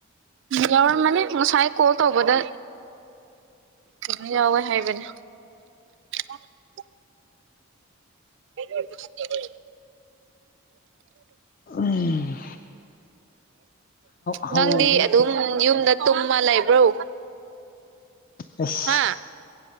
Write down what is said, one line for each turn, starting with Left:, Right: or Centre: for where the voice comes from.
Right: ꯌꯥꯎꯔꯝꯃꯅꯤ ꯉꯁꯥꯏ ꯀꯣꯜ ꯇꯧꯕꯗ ꯑꯗꯨ ꯌꯥꯎꯋꯦ ꯍꯥꯏꯕꯅꯦ ꯑ <inaudible> <inaudible>
Left: ꯎꯝ ꯑꯍꯧꯕ
Right: ꯅꯪꯗꯤ ꯑꯗꯨꯝ ꯌꯨꯝꯗ ꯇꯨꯝꯃ ꯂꯩꯕ꯭ꯔꯣ
Left: ꯑ <inaudible>
Right: ꯍꯥ